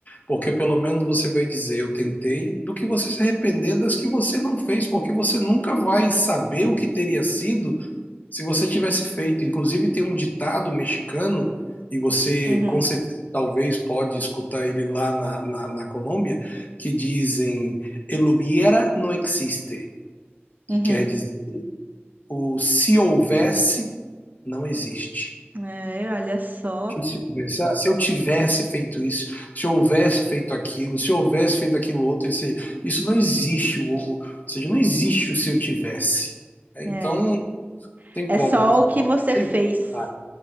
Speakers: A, on the left; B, on the right.
A: porque pelo menos você vai dizer eu tentei, do que você se arrepender das que você não fez, porque você nunca vai saber o que teria sido se você tivesse feito. Inclusive, tem um ditado mexicano, e você
B: Uhum,
A: com certeza talvez pode escutar ele lá na, na, na Colômbia, que dizem: El hubiera no existe, que
B: uhum.
A: quer dizer o se houvesse não existe.
B: É, olha só.
A: Que Se houvesse, ah, se eu tivesse feito isso, se eu houvesse feito aquilo, se eu houvesse feito aquilo outro, esse- isso não existe. o- Ou seja, não existe o se eu tivesse. É,
B: É,
A: Então, não tem
B: é
A: como.
B: só
A: Então,
B: o que você
A: tem-
B: fez.
A: tá.